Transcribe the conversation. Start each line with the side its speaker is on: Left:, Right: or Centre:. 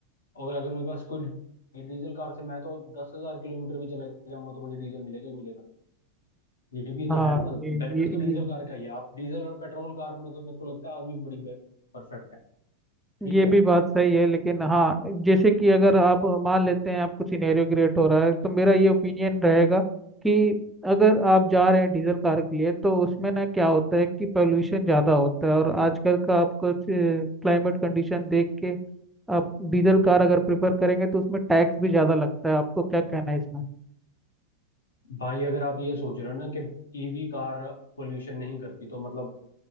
Left: और अगर मेरे पास कोई डीजल कार से मैं तो दस हजार किलोमीटर भी चले जाऊंगा तो मुझे डीजल मिलेगा ही मिलेगा ये भी तो
Centre: हाँ
Left: है ना मतलब
Centre: ये
Left: बेनिफिट
Centre: ये
Left: तो डीजल
Centre: ये
Left: कार का ही है आप डीजल और पेट्रोल कार मतलब मेरे को लगता है आज भी बड़ी परफेक्ट है ठीक
Centre: ये
Left: है
Centre: भी बात सही है लेकिन हाँ जैसे कि अगर आप मान लेते हैं आपको सिनेरियो क्रिएट हो रहा है तो मेरा ये ओपिनियन रहेगा कि अगर आप जा रहे हैं डीजल कार के लिए तो उसमें ना क्या होता है कि पोल्यूशन ज़्यादा होता है और आजकल का आपको क्लाइमेट कंडीशन देख के आप डीजल कार अगर प्रेफर करेंगे तो उसमें टैक्स भी ज़्यादा लगता है आपको क्या कहना है इसमें
Left: भाई अगर आप ये सोच रहे हो ना कि ईवी कार पोल्यूशन नहीं करती तो मतलब